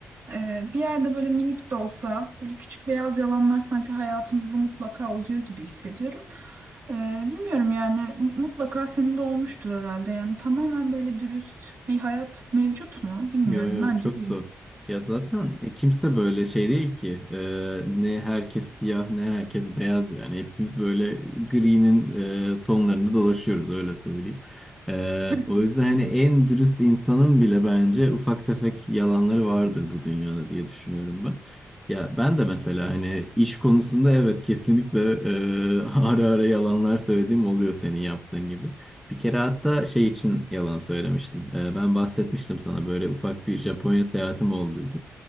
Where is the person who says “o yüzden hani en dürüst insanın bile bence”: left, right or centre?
Centre